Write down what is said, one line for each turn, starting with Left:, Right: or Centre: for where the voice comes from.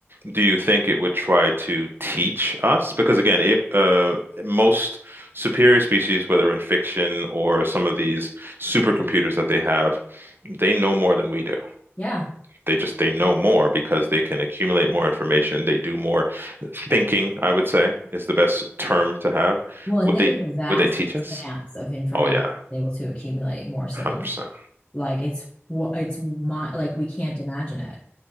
Right: do you think it would try to teach us? Because again, it, uh, most superior species, whether in fiction or some of these supercomputers that they have, they know more than we do.
Left: Yeah.
Right: they just they know more because they can accumulate more information. They do more thinking, I would say, is the best term to have.
Left: Well, and
Right: Would
Left: think
Right: they
Left: of the vast
Right: would they teach
Left: expanse
Right: us?
Left: of information
Right: Oh yeah,
Left: they're able to accumulate more so
Right: 100%.
Left: than us. Like it's wha- it's my, like we can't imagine it